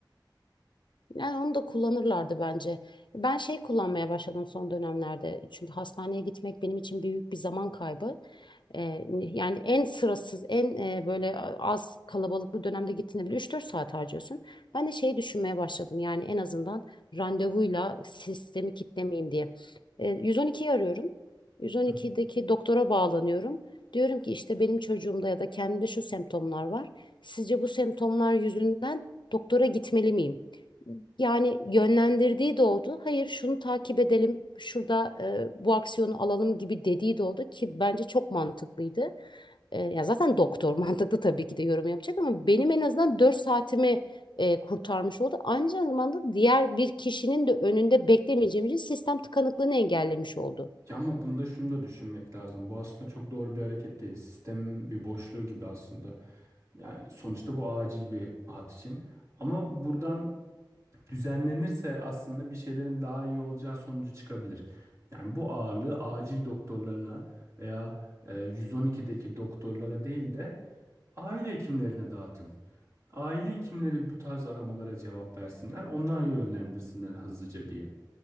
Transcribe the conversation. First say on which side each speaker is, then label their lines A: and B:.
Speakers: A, on the left; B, on the right.
A: Yani onu da kullanırlardı bence. Ben şey kullanmaya başladım son dönemlerde. Çünkü hastaneye gitmek benim için büyük bir zaman kaybı. Ee, yani en sırasız, en e, böyle az kalabalıklı dönemde gittiğinde bile üç dört saat harcıyorsun. Ben de şeyi düşünmeye başladım. Yani en azından randevuyla sistemi kitlemeyeyim diye. Ee, 112'yi arıyorum. 112'deki
B: Hı hı.
A: doktora bağlanıyorum. Diyorum ki işte benim çocuğumda ya da kendimde şu semptomlar var. Sizce bu semptomlar yüzünden doktora gitmeli miyim? yani yönlendirdiği de oldu. Hayır şunu takip edelim, şurada e, bu aksiyonu alalım gibi dediği de oldu ki bence çok mantıklıydı. E, ya zaten doktor <laughs> mantıklı tabii ki de yorum yapacak ama benim en azından 4 saatimi e, kurtarmış oldu. Aynı zamanda diğer bir kişinin de önünde beklemeyeceğim için sistem tıkanıklığını engellemiş oldu.
B: Ya ama bunda şunu da düşünmek lazım. Bu aslında çok doğru bir hareket değil. Sistemin bir boşluğu gibi aslında. Yani sonuçta bu acil bir hat için. Ama buradan düzenlenirse aslında bir şeylerin daha iyi olacağı sonucu çıkabilir. Yani bu ağırlığı acil doktorlarına veya e, 112'deki doktorlara değil de aile hekimlerine dağıtın. Aile hekimleri bu tarz aramalara cevap versinler, onlar yönlendirsinler hızlıca diye.